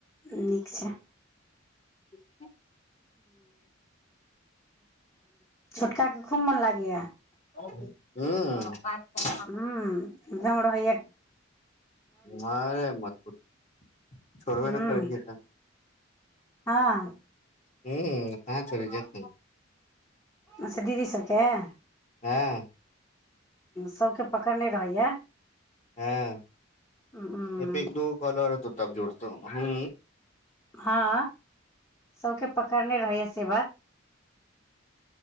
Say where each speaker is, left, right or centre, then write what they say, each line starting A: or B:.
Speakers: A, on the left; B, on the left.
A: नीक छैक
B: होक छै <unintelligible>
A: छोटका केँ खूब मन लागय गैया <inaudible>
B: हू <inaudible> बात
A: हूँ
B: कर
A: एकदम रहैय
B: मरे मत पुछुछोड़बे
A: हूँ
B: नहि करैत छैक त
A: हँ <inaudible>
B: हू क हाछोड़े जेतै <unintelligible>
A: अच्छा दीदी सबकेँ
B: हँ
A: सभकेँ पकड़ने रहैय
B: हँ
A: हूँ
B: ए पे एक दू कलर त तब जोड़तौ हू
A: हँ सबकेँ पकड़ने रहिए से बात